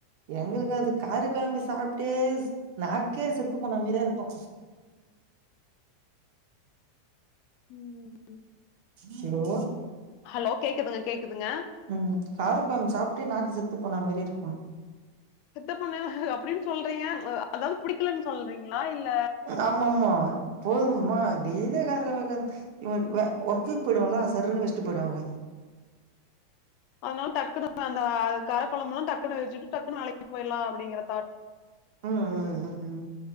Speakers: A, on the right (about 60°); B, on the left (about 55°).
A: எங்ளுக்கு அது கார கொழம்பு சாப்பிட்டே ஸ நாக்கே செத்து போன மாரியே இருக்கு
B: ம்ம்ம்
A: ஹலோ
B: ஹலோ கேக்குதுங்க கேக்குதுங்க
A: ம் காரக்கொழம்பு சாப்ட்டே நாக்கு செத்து போனா மாரி இருக்கும்
B: செத்து போன அப்டின்னு சொல்றீங்க அ அதாது பிடிக்கலன்னு சொல்றீங்களா இல்ல
A: ஆமாமா போதும்மா டெய்லி காரகொழம்பு கார ஒ ஒ ஒர்க்குக்கு போயிடுவாளா சர்ருன்னு வச்சுட்டு போயிடுவாங்க
B: அதனால டக்குனு அந்த கார குழம்புல்லா டக்குனு வச்சுட்டு டக்குன்னு வேலைக்கு போயிட்லா அப்டிங்கிற தாட்
A: ம் ம் ம் ம்